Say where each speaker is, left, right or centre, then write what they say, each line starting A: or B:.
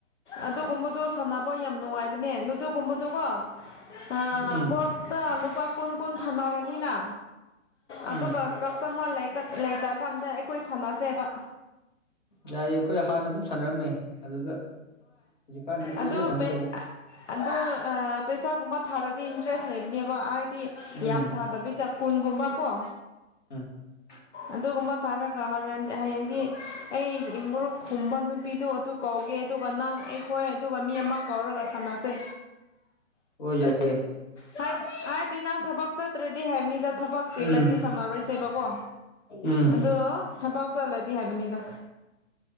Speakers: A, on the left (about 60°); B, on the left (about 35°).
A: ꯑꯗꯨꯒꯨꯝꯕꯗꯣ ꯁꯥꯟꯅꯕ ꯌꯥꯝ ꯅꯨꯡꯉꯥꯏꯕꯅꯦ ꯂꯨꯗꯨꯒꯨꯝꯕꯗꯨ ꯀꯣ ꯑꯥ
B: ꯎꯝ
A: ꯕꯣꯠꯇ ꯂꯨꯄꯥ ꯀꯨꯟ ꯀꯨꯟ ꯊꯥꯅꯔꯅꯤꯅ
B: ꯎꯝ
A: ꯑꯗꯨꯒ ꯀꯁꯇꯃꯔ ꯂꯩꯀ ꯂꯩꯇ꯭ꯔꯀꯥꯟꯗ ꯑꯩ ꯈꯣꯏ ꯁꯥꯟꯅꯁꯦꯕ
B: ꯌꯥꯏꯌꯦ ꯑꯩꯈꯣꯏ ꯍꯥꯟꯅ ꯑꯗꯨꯝ ꯁꯥꯟꯅꯔꯝꯃꯦ ꯑꯗꯨꯗ ꯍꯧꯖꯤꯛꯀꯥꯟꯗꯤ ꯀꯨꯏꯔꯦ
A: ꯑꯗꯣ
B: ꯁꯥꯟꯅꯈꯤꯗꯕ
A: ꯕꯦ ꯑꯥ ꯑꯗꯣ ꯑꯥ ꯕꯦ ꯄꯩꯁꯥꯒꯨꯝꯕ ꯊꯥꯔꯗꯤ ꯏꯟꯇꯔꯦꯁ ꯂꯩꯕꯅꯦꯕ ꯍꯥꯏꯗꯤ
B: ꯎꯝ
A: ꯌꯥꯝ ꯊꯥꯗꯕꯤꯗ ꯀꯨꯟꯒꯨꯝꯕ ꯀꯣ
B: <unintelligible>
A: ꯑꯗꯨꯒꯨꯝꯕ ꯊꯥꯔꯒ ꯍꯣꯔꯦꯟ ꯍꯌꯦꯡꯗꯤ ꯑꯩ ꯃꯣꯔꯨꯞꯀꯨꯝꯕ ꯅꯨꯄꯤꯗꯨ ꯑꯗꯨ ꯀꯧ ꯑꯗꯨꯒ ꯅꯪ ꯑꯩꯈꯣꯏ ꯑꯗꯨꯒ ꯃꯤ ꯑꯃ ꯀꯧꯔꯒ ꯁꯥꯟꯅꯁꯦ꯫
B: ꯍꯣꯏ ꯌꯥꯏꯑꯦ꯫
A: ꯁꯛ ꯍꯥꯏꯗꯤ ꯅꯪ ꯊꯕꯛ ꯆꯠꯇ꯭ꯔꯗꯤ ꯍꯥꯏꯕꯅꯤꯗ ꯊꯕꯛ ꯆꯤꯜꯂꯗꯤ
B: ꯎꯝ
A: ꯁꯥꯟꯅꯔꯣꯏꯁꯦꯕꯀꯣ꯫
B: ꯎꯝ
A: ꯑꯗꯣ ꯊꯕꯛ ꯆꯠꯂꯗꯤ ꯍꯥꯏꯕꯅꯤꯗ꯫